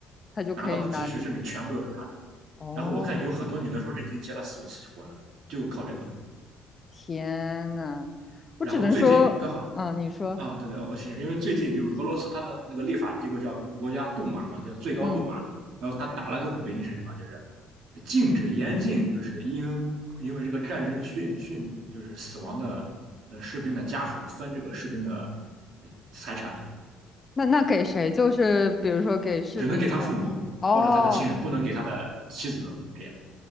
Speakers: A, on the left; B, on the right.
A: 他就可以拿的。
B: 拿到的积蓄甚至全部都是他的。
A: 哦，
B: 然后我看有很多女的说是已经结了四五次婚了，就靠这个。
A: 天呐，我只能说，
B: 然后最近刚好
A: 嗯，你说，
B: 啊，对对，哦，是因为最近就俄罗斯它的那个立法机构叫国家杜马嘛，叫最高杜马，
A: 嗯，
B: 然后它打了个五零是什么？就是禁止严禁，就是因因为这个战争殉殉就是死亡的呃士兵的家属分这个士兵的呃财产，
A: 那那给谁？就是比如说给士兵的，
B: 只能给他父母或者他的亲人，
A: 哦。
B: 不能给他的妻子这样。